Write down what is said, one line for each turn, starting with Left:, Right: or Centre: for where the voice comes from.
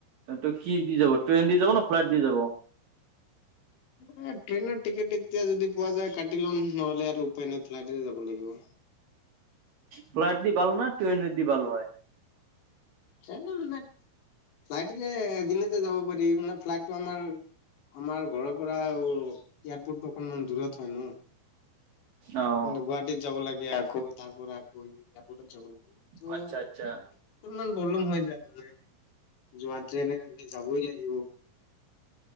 Right: এই ত' কি দি যাব ট্ৰেইন দি যাবনে, ফ্লাইট দি যাব।
Left: এ, ট্ৰেইনৰ টিকেট এতিয়া যদি পোৱা যায় কাটি লম নহ'লে আৰু উপায় নাই ফ্লাইটেৰে যাব লাগিব।
Right: ফ্লাইট দি ভাল না ট্ৰেইনে দি ভাল হয়।
Left: জানা মানে, ফ্লাইটেৰে এদিনতে যাব পাৰি মানে ফ্লাইটটো আমাৰ আমাৰ ঘৰৰ পৰাও, এয়াৰপৰ্টটো অকণমান দূৰত হয় ন'।
Right: অ'।
Left: মানে গুৱাহাটীত যাব লাগে আকৌ তাৰ পৰা আকৌ এয়াৰপৰ্টত যাব লাগে ত'
Right: আচ্ছা
Left: অকণমান
Right: আচ্ছা
Left: প্ৰব্লেম হৈ যায় মানে, যোৱা ট্ৰেইনেৰে যদি যাবই লাগিব।